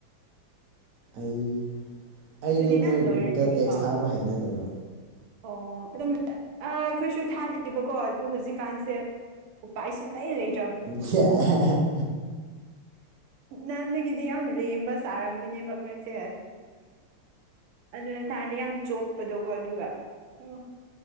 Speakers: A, on the right; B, on the right.
A: ꯑꯩ ꯑꯩꯗꯨ
B: ꯑꯗꯨꯗꯤ ꯅꯪ
A: ꯃꯣꯏ
B: ꯂꯣꯏꯔꯅꯤꯀꯣ
A: ꯒ꯭ꯔꯨꯞꯇ ꯇꯦꯛꯁ ꯊꯥꯕ ꯍꯩꯅꯗꯕ
B: ꯑꯣ ꯑꯗꯨꯝ ꯑꯩꯈꯣꯏꯁꯨ ꯊꯥꯗꯦꯕꯀꯣ ꯑꯗꯨ ꯍꯧꯖꯤꯛꯀꯥꯟꯁꯦ ꯎ ꯄꯥꯏ ꯁꯨꯡꯂꯩꯥ ꯂꯩ
A: ꯁ <inaudible>
B: ꯅꯥꯟꯗꯒꯤꯗꯤ ꯌꯥꯝ ꯂꯦꯝꯕ ꯁꯥꯔꯝꯕꯅꯦꯕ ꯑꯈꯣꯏꯁꯦ ꯑꯗꯨ ꯇꯗꯤ ꯌꯥꯝ <inaudible> ꯆꯣꯞꯄꯗꯒꯣ ꯑꯗꯨꯒ ꯑꯣ